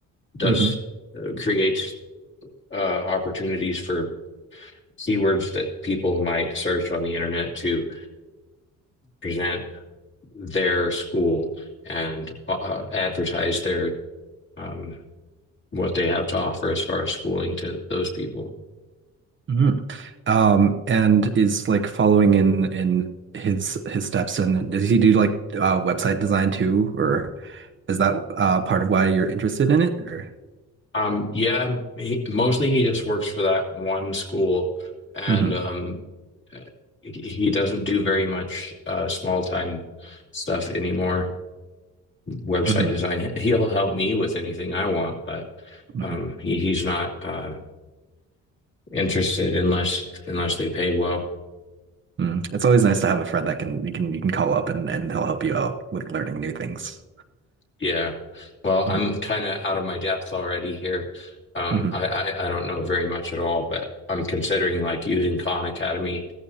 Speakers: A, on the left; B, on the right.
A: Does
B: hmm
A: uh, creates uh, opportunities for keywords that people might search on the internet to present their school and uh, uh, advertise their um, what they have to offer as far as schooling to those people.
B: hmm Um, and is like following in in his his steps. And does he do like uh, website design too, or is that uh, part of why you're interested in it? Or
A: Um, yeah, he, mostly he just works for that one school, and
B: hmm
A: um, he, he doesn't do very much uh, small time stuff anymore. Website
B: hmm
A: design, he'll help me with anything I want, but
B: hmm
A: um, he, he's not uh, interested unless unless they pay well.
B: Mm. It's always nice to have a friend that can you can you can call up and and they'll help you out with learning new things.
A: Yeah. Well, I'm
B: hmm
A: kind of out of my depth already here. Um,
B: hmm
A: I, I, I don't know very much at all, but I'm considering like using Khan Academy